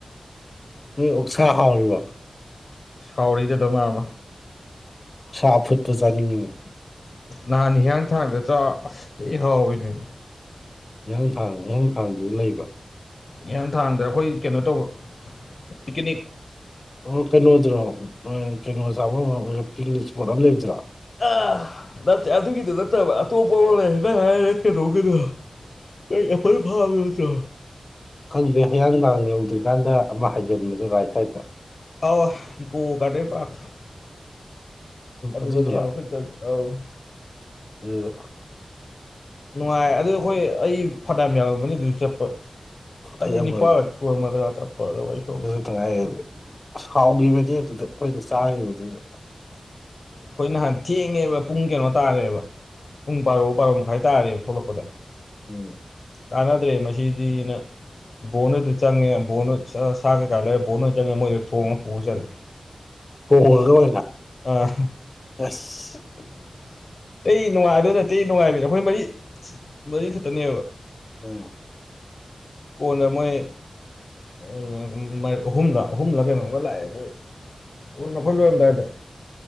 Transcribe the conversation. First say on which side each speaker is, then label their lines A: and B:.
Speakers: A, on the left; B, on the left.
A: ꯅꯣꯏ ꯑꯣꯛꯁꯥ ꯍꯥꯎꯔꯤꯕꯣ
B: ꯍꯥꯎꯔꯤꯗ ꯗꯃꯥ ꯑꯃ
A: ꯁꯥ ꯑꯐꯨꯠꯄ ꯆꯥꯅꯤꯡꯉꯤꯅꯦ
B: ꯅꯍꯥꯟ ꯍꯤꯌꯥꯡꯊꯥꯡꯗ ꯆꯥ ꯑꯁ ꯊꯤ ꯍꯥꯎꯕꯤꯅꯤ
A: ꯍꯤꯌꯥꯡꯊꯥꯡ ꯍꯤꯌꯥꯡꯊꯥꯡꯗꯖꯨ ꯂꯩꯕ꯭ꯔꯣ
B: ꯍꯤꯌꯥꯡꯊꯥꯡꯗ ꯑꯩꯈꯣꯏ ꯀꯩꯅꯣ ꯇꯧꯕ ꯄꯤꯀꯅꯤꯛ
A: ꯑꯣ ꯀꯩꯅꯣꯗꯨꯔꯣ ꯑ ꯀꯩꯅꯣ ꯆꯥꯕꯝ <unintelligible> ꯄꯤꯛꯅꯤꯛ ꯏꯁꯄꯣꯠ ꯑꯃ ꯂꯩꯕꯗꯨꯔꯥ
B: ꯑ ꯅꯠꯇꯦ ꯑꯗꯨꯒꯤꯗꯣ ꯅꯠꯇꯕ ꯑꯇꯣꯞꯄ ꯑꯃ ꯂꯩ ꯅꯪ ꯍꯥꯏꯔꯤꯅ ꯀꯩꯅꯣꯒꯤꯗꯣ ꯀꯩ ꯑꯦꯄꯜ ꯐꯥꯝꯗꯣ ꯅꯇ꯭ꯔꯣ
A: ꯈꯪꯗꯦ ꯍꯤꯌꯥꯡꯊꯥꯡ ꯌꯧꯗ꯭ꯔꯤꯀꯥꯟꯗ ꯑꯃ ꯍꯥꯏꯖꯟꯕꯗꯣ ꯔꯥꯏꯠ ꯁꯥꯏꯠꯇ꯫
B: ꯑꯣ ꯏꯀꯣ ꯒꯥꯔꯗꯦꯟ ꯄꯥꯔꯛ ꯑꯗꯨꯗꯅꯦꯕ
A: ꯑꯗꯨꯗꯨꯔꯣ
B: ꯈꯣꯏ ꯆꯂꯤꯗꯣ ꯑꯧ
A: ꯎꯝ
B: ꯅꯨꯡꯉꯥꯏ ꯑꯗꯨ ꯑꯩꯈꯣꯏ ꯑꯩ ꯐꯅꯌꯥꯝ ꯌꯥꯃꯝꯃꯅꯤ ꯑꯗꯨ ꯆꯠꯄ ꯇꯔꯦꯠ
A: ꯑꯩ ꯑꯃꯨꯔꯛ
B: ꯅꯤꯄꯥꯜꯂꯛ ꯁꯨꯨꯔꯃꯗ꯭ꯔ ꯆꯠꯄꯗꯣ ꯑꯩꯁꯨ
A: ꯇꯉꯥꯏ ꯑꯁ ꯍꯥꯎꯈꯤꯕꯅꯤ ꯑꯗꯨꯗ ꯑꯩꯈꯣꯏꯅ ꯆꯥꯈꯤꯕꯗꯨꯁꯨ꯫
B: ꯈꯣꯏ ꯅꯍꯥꯟ ꯊꯦꯡꯉꯦꯕ ꯄꯨꯡ ꯀꯩꯅꯣ ꯇꯥꯔꯦꯕ꯫ ꯄꯨꯡ ꯕꯥꯔꯣ ꯕꯥꯔꯣ ꯃꯈꯥꯏ ꯇꯥꯔꯦꯕ ꯊꯣꯂꯛꯄꯗ꯫
A: ꯎꯝ
B: ꯀꯥꯟꯅꯗ꯭ꯔꯦ ꯃꯁꯤꯗꯤꯅ ꯕꯣꯟꯍꯣꯢꯗꯨ ꯆꯪꯉꯦ ꯕꯣꯜ ꯁꯥ ꯀꯩꯀꯥ ꯂꯩꯔꯦ ꯕꯣꯟ ꯑꯗꯨ ꯆꯪꯉꯦ ꯃꯣꯏꯗꯣ ꯊꯣꯡꯉꯒ ꯄꯨꯔ ꯆꯠꯂꯦ꯫
A: ꯊꯣꯡꯉꯒ ꯑꯣꯢꯅ
B: ꯑꯥ
A: ꯑꯁ
B: <inaudible> ꯑꯩ ꯅꯨꯡꯉꯥꯏꯗꯣꯏ ꯅꯠꯇ ꯊꯤꯅꯨꯉꯥꯏꯕꯤꯅꯦ ꯑꯩꯈꯣꯏ ꯃꯔꯤ ꯃꯔꯤꯈꯇꯅꯦꯕ꯫
A: ꯎꯝ
B: ꯀꯣꯟꯅ ꯃꯣꯏ ꯎꯝ ꯑꯍꯨꯝꯂ ꯑꯍꯨꯝꯂ ꯀꯩꯅꯣꯝꯒ ꯂꯥꯛꯑꯦ ꯃꯣꯏ ꯀꯣꯟꯅ ꯈꯣꯏ ꯂꯣꯏꯔꯝꯗꯥꯏꯗ꯫